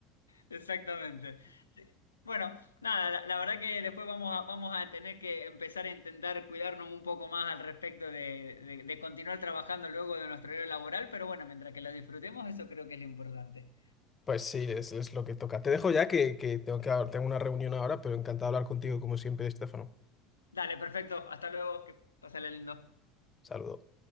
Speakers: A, on the left; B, on the left.
A: exactamente. Sí. Bueno, nada, la, la verdad que después vamos a, vamos a tener que empezar a intentar cuidarnos un poco más al respecto de, de- de continuar trabajando luego de nuestro horario laboral, pero bueno, mientras que lo disfrutemos, eso creo que es lo importante.
B: Pues sí, es, es lo que toca. Te dejo ya que, que tengo que, tengo una reunión ahora, pero encantado de hablar contigo como siempre, Estefano.
A: Dale, perfecto, hasta luego, que pásale lindo.
B: Saludo.